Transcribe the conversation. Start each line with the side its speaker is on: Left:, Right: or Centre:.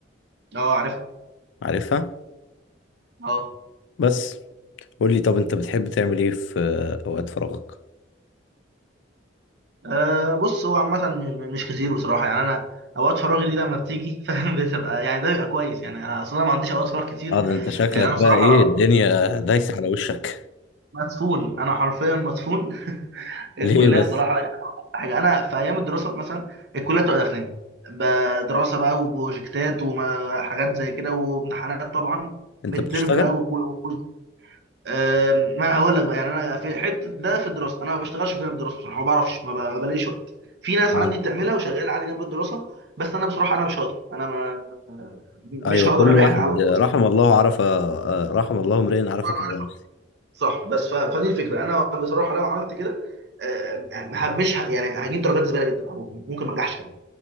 Right: اه عارفها
Left: عارفها
Right: اه
Left: بس قول لي طب انت بتحب تعمل ايه في آه، اوقات فراغك
Right: آه، بص هو عامه م- م- مش كتير بصراحه يعني انا اوقات فراغي دي لما بتيجي <laughs> فاهم بتبقى يعني ده بيبقى كويس يعني انا اصلا ما عنديش اوقات فراغ كتير
Left: اه ده انت شكلك
Right: لان انا آه، بصراحه
Left: بقى ايه الدنيا دايسة على وشك
Right: مدفون انا حرفيا مدفون الكليه
Left: ليه بس
Right: الصراحه يعني حاجه انا في ايام الدراسه مثلا الكليه بتبقى داخلين دراسه بقى وبروجكتات وحاجات زي كده وامتحانات طبعا
Left: انت
Right: ميد
Left: بتشتغل
Right: ترم بقى وكو- وكويز أم، ما هقول لك بقى يعني انا في حته ده في الدراسه انا ما بشتغلش في جانب الدراسه بصراحه ما بعرفش ما ب- ما بلاقيش وقت في ناس
Left: اه
Right: عندي بتعملها وشغاله عادي جنب الدراسه بس انا بصراحه انا مش هقدر انا ما
Left: ايوه
Right: مش هقدر
Left: كل
Right: الاحق
Left: <laughs> واحد
Right: على
Left: رحم الله عرف آه، رحم الله امرئ عرف
Right: أنا
Left: قدر
Right: عارف
Left: نفسه
Right: صح بس ف... فدي الفكره انا بصراحه لو عملت كده أم، ه- مش ه... يعني هجيب درجات زباله جدا او ممكن ما انجحش كمان.